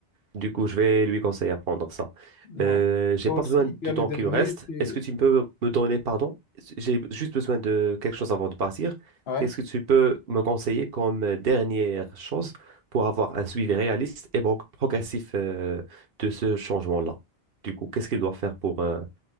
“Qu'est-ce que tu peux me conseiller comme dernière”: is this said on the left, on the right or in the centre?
Right